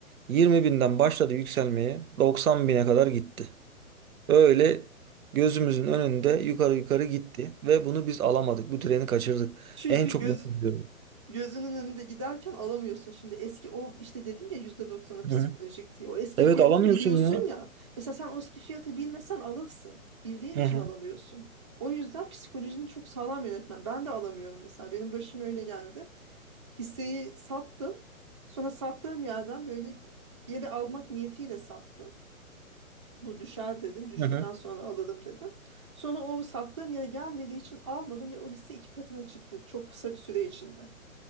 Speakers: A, on the right; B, on the right.
A: 20 binden başladı yükselmeye 90 bine kadar gitti. Böyle gözümüzün önünde yukarı yukarı gitti ve bunu biz alamadık. Bu treni kaçırdık.
B: Çünkü
A: En çok
B: göz
A: bunu üzüyorum.
B: gözünün önünde giderken alamıyorsun. Şimdi eski o işte dedim ya yüzde doksanı
A: Hı
B: psikolojik
A: hı.
B: diye. O eski
A: Evet
B: fiyatı
A: alamıyorsun
B: biliyorsun
A: ya.
B: ya. Mesela sen o eski fiyatı bilmesen alırsın. Bildiğin için
A: Hı hı.
B: alamıyorsun. O yüzden psikolojini çok sağlam yönetmen. Ben de alamıyorum mesela. Benim başıma öyle geldi. Hisseyi sattım. Sonra sattığım yerden böyle geri almak niyetiyle sattım. Bu düşer dedim. Düştükten
A: Hı hı.
B: sonra alırım dedim. Sonra o sattığım yere gelmediği için almadım ve o hisse iki katına çıktı. Çok kısa bir süre içinde.